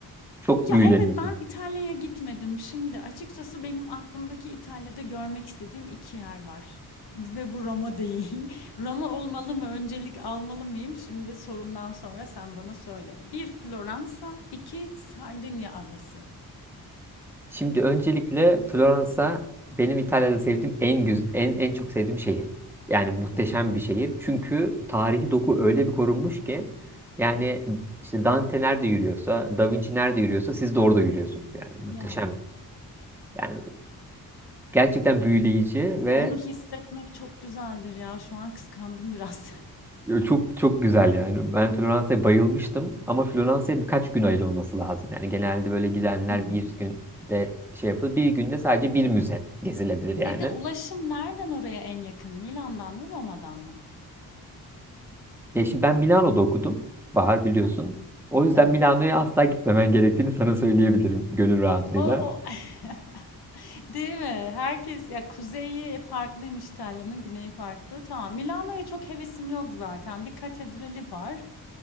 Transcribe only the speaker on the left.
Ya,
evet, ben İtalya'ya gitmedim. Şimdi açıkçası benim aklımdaki İtalya'da görmek istediğim 2 yer var ve bu Roma değil. <laughs> Roma olmalı mı, öncelik almalı mıyım? Şimdi sorumdan sonra sen bana söyle. Bir Floransa, 2 Sardinya adası.
Hı hı.
Ya,
onu hissetmek çok güzeldir ya. Şu an kıskandım biraz.
<laughs> Hımm.
Bir de ulaşım nereden oraya en yakın? Milan'dan mı, Roma'dan mı?
Hı hı.
Evet.
O o <laughs> Değil mi? Herkes ya kuzeyi farklıymış İtalya'nın, güneyi farklı. Tamam. Milano'ya çok hevesim yok zaten. Bir katedrali var.